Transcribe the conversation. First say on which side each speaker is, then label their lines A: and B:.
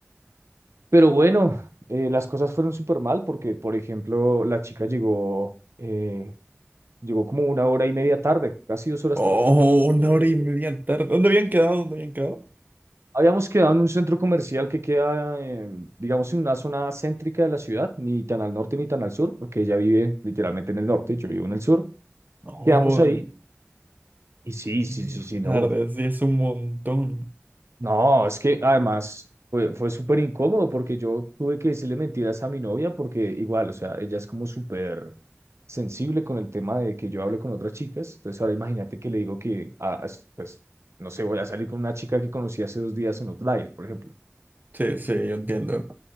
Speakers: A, on the right (about 75°); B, on the right (about 40°).
A: Pero bueno, eh, las cosas fueron súper mal porque, por ejemplo, la chica llegó, eh, llegó como una hora y media tarde, casi dos horas
B: Oh,
A: tarde.
B: una hora y media tarde. ¿Dónde habían quedado? ¿Dónde habían quedado?
A: Habíamos quedado en un centro comercial que queda, eh, digamos, en una zona céntrica de la ciudad, ni tan al norte ni tan al sur, porque ella vive literalmente en el norte, yo vivo en el sur.
B: Oh,
A: Quedamos ahí
B: en-
A: y sí, sí,
B: media
A: sí, sí, no.
B: tarde, sí, es un montón.
A: No, es que además fue, fue súper incómodo porque yo tuve que decirle mentiras a mi novia porque igual, o sea, ella es como súper sensible con el tema de que yo hable con otras chicas. Entonces ahora imagínate que le digo que, ah, es- pues, no sé, voy a salir con una chica que conocí hace dos días en Outlier, por ejemplo.
B: Sí, sí, yo entiendo.